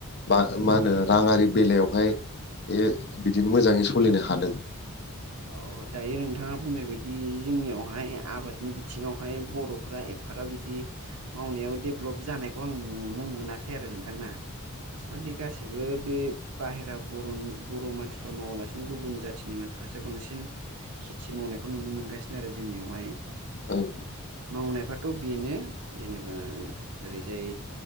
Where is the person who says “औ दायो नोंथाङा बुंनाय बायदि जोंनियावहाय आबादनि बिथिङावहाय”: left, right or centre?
Right